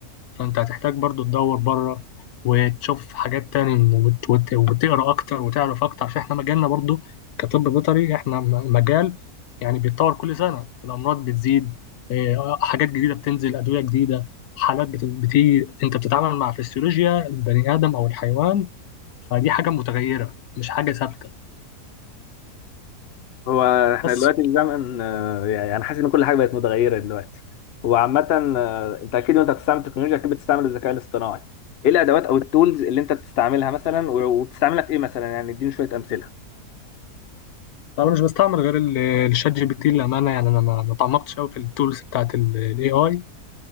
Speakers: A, on the left; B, on the left.
A: فانت هتحتاج برضو تدور بره وتشوف حاجات تاني وت- وت- وتقرا اكتر وتعرف اكتر عشان احنا مجالنا برضو كطب بيطري احنا م- مجال يعني بيتطور كل سنه الامراض بتزيد آه، حاجات جديده بتنزل ادويه جديده حالات بت- بتيجي انت بتتعامل مع فسيولوجيا البني ادم او الحيوان فدي حاجه متغيره مش حاجه ثابته
B: هو احنا
A: بس
B: دلوقتي الزمن آه، يعني انا حاسس ان كل حاجه بقت متغيره دلوقتي وعامه آه، انت اكيد وانت بتستعمل التكنولوجيا اكيد بتستعمل الذكاء الاصطناعي ايه الادوات او التولز اللي انت بتستعملها مثلا و- وبتستعملها في ايه مثلا يعني اديني شويه امثله
A: انا مش بستعمل غير ال- الشات جي بي تي للامانه يعني انا ما ما تعمقتش قوي في التولز بتاعت الاي اي